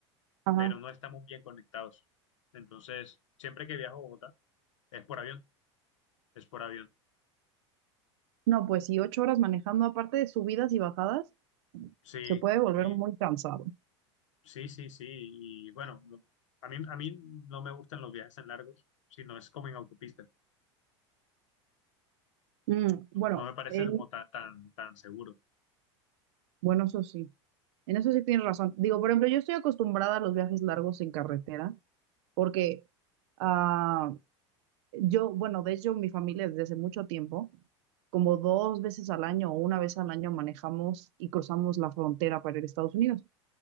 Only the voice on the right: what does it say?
Ajá.
No, pues sí, ocho horas manejando, aparte de subidas y bajadas,
se puede volver
muy cansado.
Mm, bueno,
en,
bueno, eso sí, en eso sí tienes razón. Digo, por ejemplo, yo estoy acostumbrada a los viajes largos en carretera, porque ah, yo, bueno, de hecho, mi familia desde hace mucho tiempo, como dos veces al año o una vez al año manejamos y cruzamos la frontera para ir a Estados Unidos.